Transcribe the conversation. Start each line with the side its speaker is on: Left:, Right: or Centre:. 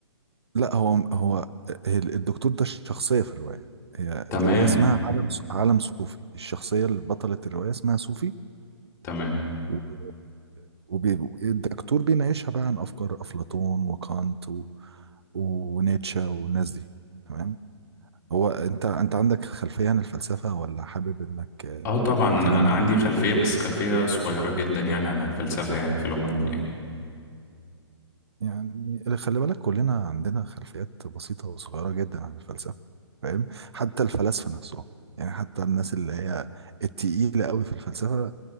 Right: لا هو هو هي الدكتور ده الشخصيه في الروايه هي
Left: تمام
Right: الروايه اسمها عالم عالم صوفي الشخصيه اللي بطلة الروايه اسمها صوفي
Left: تمام
Right: و- وبي- والدكتور بيناقشها بقى عن افكار افلاطون وكانت و... ونيتشه والناس دي تمام هو انت انت عندك خلفيه عن الفلسفه ولا حابب انك آه،
Left: اه طبعا
Right: تلم
Left: انا عندي خلفية بس خلفية صغيرة جدا يعني عن الفلسفة يعني في العموم يعني
Right: يعني خلي بالك كلنا عندنا خلفيات بسيطه وصغيره جدا عن الفلسفه فاهم حتى الفلاسفه نفسهم يعني حتى الناس اللي هي التقيله قوي في الفلسفه